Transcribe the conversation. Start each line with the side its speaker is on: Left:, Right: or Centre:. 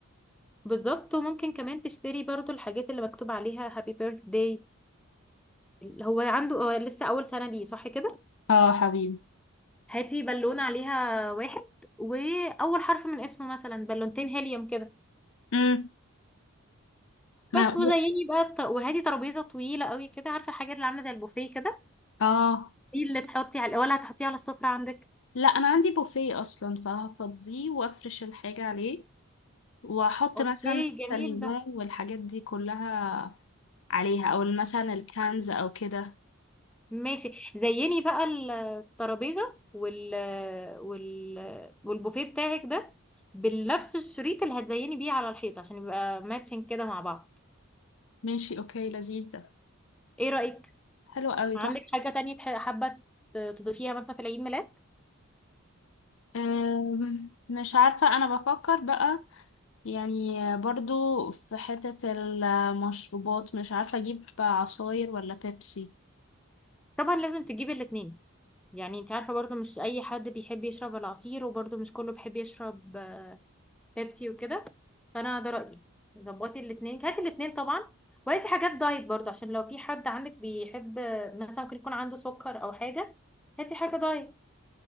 Centre: بالظبط وممكن كمان تشتري برضو الحاجات اللي مكتوب عليها هابي بيرث داي هو عنده هو لسه اول سنة ليه صح كده
Left: اه حبيبي
Centre: هاتي بالونة عليها واحد واول حرف من اسمه مثلا بالونتين هيليوم كده
Left: امم ما
Centre: بس وزيني بقى الط- وهاتي ترابيزة طويلة قوي كده عارفة الحاجات اللي عاملة زي البوفيه كده
Left: اه
Centre: دي اللي تحطي على ولا هتحطيها على السفرة عندك
Left: لا انا عندي بوفيه اصلا فهفضيه وافرش الحاجه عليه واحط
Centre: اوكي
Left: مثلا الساليزون
Centre: جميل ده
Left: والحاجات دي كلها عليها او مثلا الكنز او كده
Centre: ماشي زيني بقى الترابيزة وال وال والبوفيه بتاعك ده بنفس الشريط اللي هتزيني بيه على الحيط عشان يبقى ماتشنج كده مع بعض
Left: ماشي اوكي لذيذ ده
Centre: ايه رأيك
Left: حلو قوي
Centre: عندك
Left: تحفة
Centre: حاجة تانية تح- حابة ت- تضيفيها مثلا في العيد ميلاد
Left: أم، مش عارفة انا بفكر بقى يعني برضو في حتة المشروبات مش عارفة اجيب عصاير ولا بيبسي
Centre: طبعا لازم تجيبي الاتنين يعني انت عارفة برضو مش اي حد بيحب يشرب العصير وبرضو مش كله بيحب يشرب بيبسي وكده فانا ده رايي ظبطي الاثنين هاتي الاثنين طبعا وهاتي حاجات دايت برضو عشان لو في حد عندك بيحب مثلا ممكن يكون عنده سكر او حاجه هاتي حاجه دايت